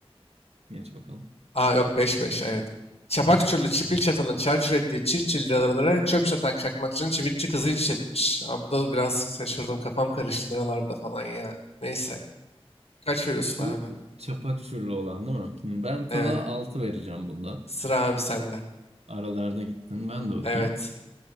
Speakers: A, on the right (about 85°); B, on the left (about 75°).
A: Geç bakalım.
B: Aa yok beş beş evet. Çapak Çurlu Çipil Çatal'ın çarçur ettiği çirçil liralara çöp çatan çakmakçının çivitçi kızı iç etmiş. Aa, bu da biraz şaşırdım kafam karıştı liralarda falan ya. Neyse. Kaç veriyorsun
A: Şu
B: abi?
A: çapak çürlü olan değil mi? Hı, Ben
B: Evet.
A: sana 6 vereceğim bunda.
B: Sıra abi sende.
A: Aralarda gittin ben de okuyayım.
B: Evet.